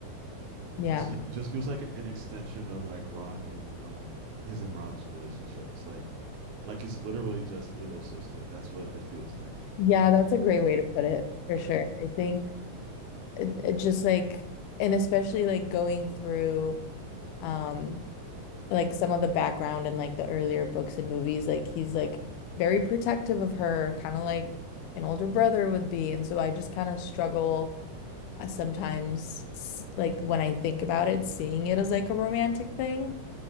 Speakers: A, on the left; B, on the right.
A: Yeah.
B: it's it just feels like an extension of like Ron and um his and Ron's relationship. It's like like it's literally just little sister. That's what it feels like
A: Yeah,
B: with
A: that's a
B: with
A: great
B: them.
A: way to put it for
B: Yeah.
A: sure. I think it, it just like and especially like going through um like some of the background and like the earlier books and movies, like he's like very protective of her, kind of
B: Mhm.
A: like an older brother would be. And so I just kind of struggle uh, sometimes s- like when I think about it, seeing it as like a romantic thing.